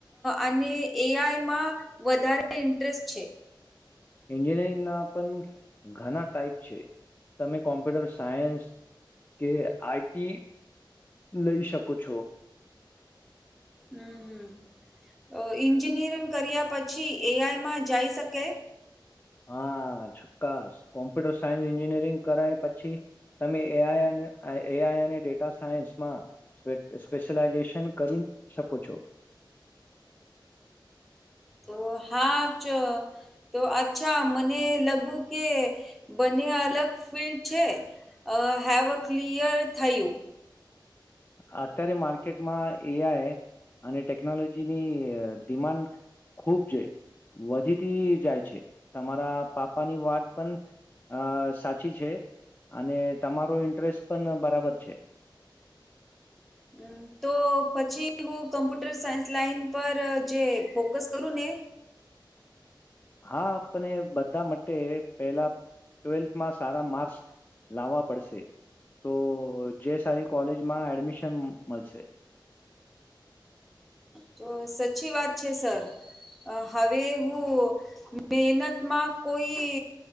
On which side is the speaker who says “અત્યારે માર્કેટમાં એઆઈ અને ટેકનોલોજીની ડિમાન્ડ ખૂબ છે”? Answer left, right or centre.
Left